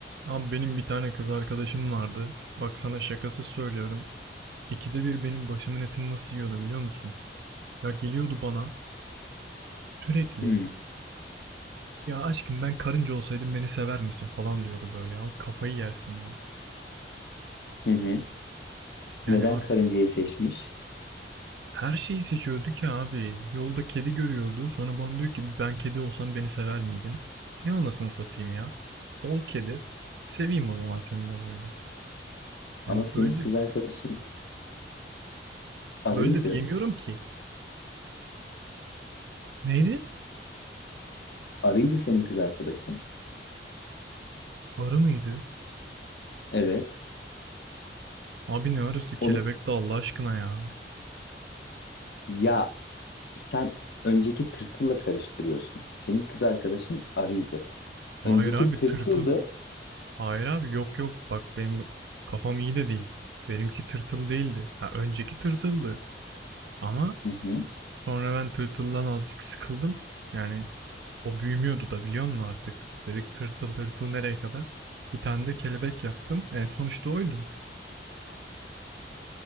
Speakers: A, on the right (about 80°); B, on the left (about 65°).
A: Abi benim bir tane kız arkadaşım vardı. Bak sana şakasız söylüyorum. İkide bir benim başımın etini nasıl yiyordu biliyor musun? Ya geliyordu bana sürekli.
B: Hmm,
A: Ya aşkım ben karınca olsaydım beni sever misin falan diyordu böyle. Ya kafayı yersin ya.
B: Hı hı.
A: Yani
B: Neden
A: artık
B: karıncayı seçmiş?
A: her şeyi seçiyordu ki abi. Yolda kedi görüyordu. Sonra bana diyor ki ben kedi olsam beni sever miydin? He anasını satayım ya. Ol kedi. Seveyim o zaman seni de böyle. Yani
B: Ama senin
A: böyle de,
B: kız arkadaşın arıydı.
A: böyle de diyemiyorum ki. Neydi?
B: Arıydı senin kız arkadaşın.
A: Arı mıydı?
B: Evet.
A: Abi ne arası kelebek
B: Onu
A: de Allah aşkına ya.
B: ya sen önceki tırtılla karıştırıyorsun. Senin kız arkadaşın arıydı.
A: Hayır
B: Önceki
A: abi
B: tırtıldı.
A: tırtıl. Hayır abi yok yok bak benim kafam iyi de değil. Benimki tırtıl değildi. Ha önceki tırtıldı. Ama
B: Hı hı.
A: sonra ben tırtıldan azıcık sıkıldım. Yani o büyümüyordu da biliyor musun artık? Dedik tırtıl tırtıl nereye kadar? Bir tane de kelebek yaptım. En son işte oydu.